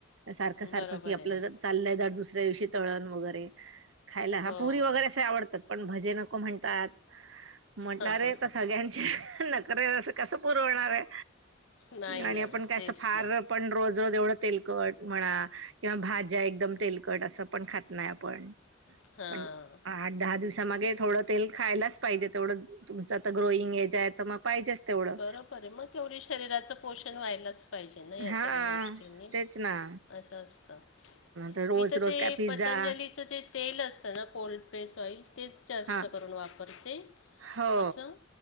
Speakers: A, on the right; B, on the left.
A: सारखं सारखं
B: बरोबर
A: कि आपलं
B: आहे
A: चाललंय दंड दुसऱ्या दिवशी तळण वगैरे खायला हा
B: हो
A: पुरी वगैरे असे आवडतात पण भजे नको म्हणतात. म्हटलं
B: हां
A: अरे
B: हां
A: आता
B: हां
A: सगळ्यांचे नखरे अस कसं पुरवणार ये.
B: नाही ना
A: आणि आपण काय
B: तेच
A: असं फार
B: ना
A: पण रोज रोज एवढं तेलकट म्हणा किंवा भाज्या एकदम तेलकट असं पण खात नाय आपण
B: हा
A: पण आठ दहा दिवसा मागे थोडं तेल खायलाच पाहिजे तेवढं तुमचं आता ग्रोईंग एज आहे त म पाहिजेच तेवढं.
B: बरोबरय मग केवढी शरीराचं पोषण व्हायलाच पाहिजे ना या
A: हा
B: सगळ्या गोष्टींनी
A: तेच ना
B: असं असत
A: तर रोज
B: मी त
A: रोज
B: ते
A: काय पिझ्झा
B: पतंजलीच त ते तेल असतं ना कोल्ड फ्रेश ऑइल तेच जास्त
A: हा
B: करून वापरते
A: हो
B: असं